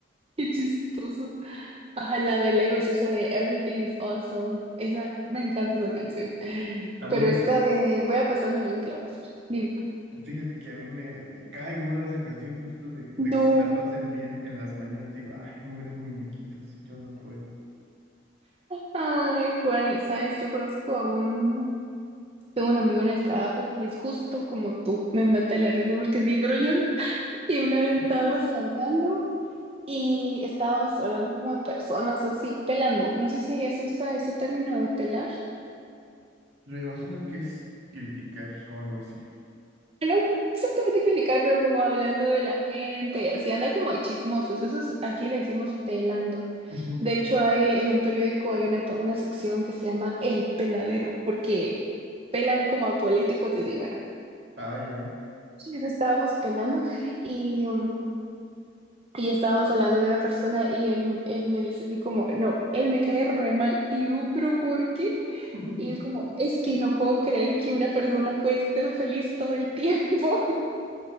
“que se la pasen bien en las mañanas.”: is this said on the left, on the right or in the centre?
Right